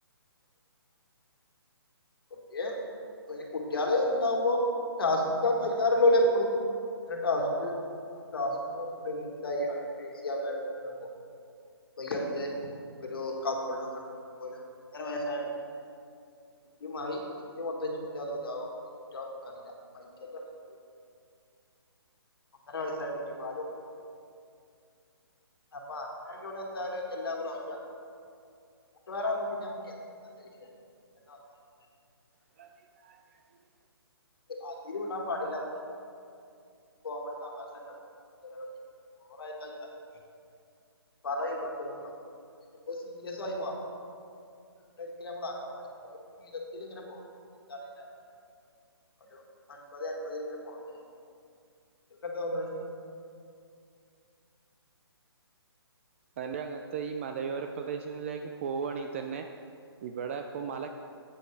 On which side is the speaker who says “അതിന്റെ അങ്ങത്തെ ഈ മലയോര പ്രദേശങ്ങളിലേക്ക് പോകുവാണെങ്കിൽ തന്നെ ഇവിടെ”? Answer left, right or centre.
Right